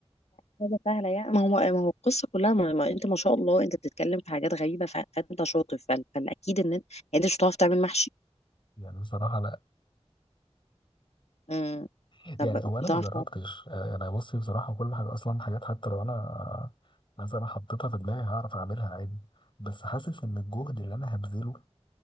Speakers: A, on the left; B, on the left.
A: حاجه سهله يعني ما هو ما هو القصه كلها ما, ما انت ما شاء الله انت بتتكلم في حاجات غريبه ف- فانت شاطر فال- فالاكيد ان انت يعني انت مش بتعرف تعمل محشي
B: يعني بصراحه لا
A: امم
B: يعني
A: طب
B: هو انا
A: بتعرف
B: ما جربتش
A: تعمل
B: آه، انا بصي بصراحه كل حاجه اصلا حاجات حتى لو انا مثلا حطيتها في دماغي هعرف اعملها عادي بس حاسس ان الجهد اللي انا هبذله